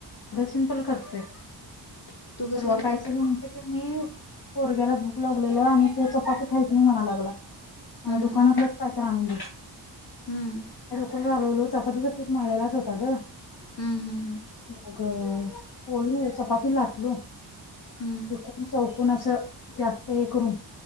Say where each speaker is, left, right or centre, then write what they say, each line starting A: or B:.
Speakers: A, on the left; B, on the left.
A: आणि खपतय <unintelligible>
B: तू कसं
A: परवा
B: करत्यास
A: काय केलो माहिती आहे का मी पोरग्याला भूक लागलेली आणि तो चपाती खायत नाही म्हणायला लागला. मला
B: हम्म
A: दुकानातलच काय कायतरी आणून दे
B: हम्म
A: चालवलो चपातीचं पीठ मळलेलाच होता ग!
B: हम्म हम्म
A: मग पोळी चपाती लाट
B: हम्म
A: <unintelligible> पण असं जास्त हे करून.